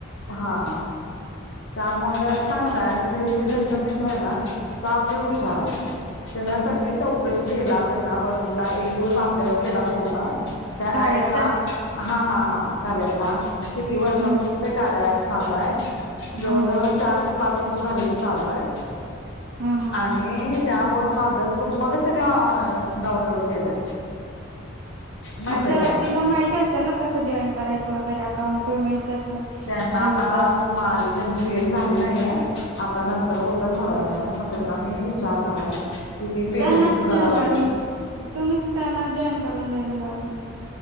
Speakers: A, on the left; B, on the right.
A: हा, त्यामुळे चांगलंय. आणि ते जे त्यांचा मित्रय ना. तो आती हुशार. हाय त्यांने सगळी चौकशी केला पहिला. बघितला. एक दिवस अभ्यास केला पूर्ण. त्या
B: कार्याचा
A: ऍपचा. हा हा हा कार्याचा
B: हम्म
A: किती वर्षापासून
B: हम्म
A: ते कार्यात चालूये. जवळजवळ
B: हा
A: चार ते पाच वर्ष झाले. ते चालूये.
B: हा हा
A: आणि त्यावरून अभ्यास करून, मगच त्याने अ डाउनलोड केलाय. माहित
B: मग
A: आहे
B: त्या व्यक्तीला
A: काय?
B: माहिती असेल ना. कसं जॉईन करायचं वगैरे. अकाउंट पेमेंट कसं.
A: त्यांना
B: हे
A: आता
B: होतं
A: मागित त्यांची भेट झाली नाहीये आता नंतर होत थोड्या वेळाने मग त्यांना मी विचारणार आहे कि ते पेमेंटच
B: त्यांनाच जॉईन
A: जरा
B: करून.
A: बघ
B: तुम्हीच त्यांना जॉईन करून द्यायला लावा.